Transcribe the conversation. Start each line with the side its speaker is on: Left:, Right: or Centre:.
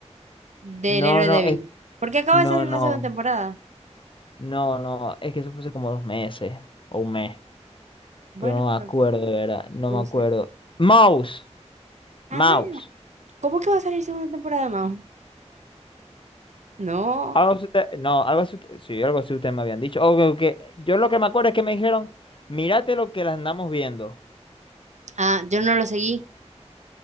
Right: del
Left: No,
Right: héroe
Left: no,
Right: débil.
Left: es,
Right: Porque acaba
Left: no,
Right: de salir
Left: no,
Right: la segunda temporada.
Left: no, no. Es que eso fue hace como dos meses o un mes.
Right: Bueno,
Left: Pero no me
Right: pero
Left: acuerdo, de verdad. No
Right: pudo
Left: me acuerdo.
Right: ser.
Left: Mouse, mouse.
Right: Ah, ¿cómo que va a salir segunda temporada, Mao? No.
Left: Algo así usted- no, algo así usted- sí, algo así ustedes me habían dicho. O que, que- yo lo que me acuerdo es que me dijeron, mírate lo que las andamos viendo.
Right: Ah, yo no lo seguí.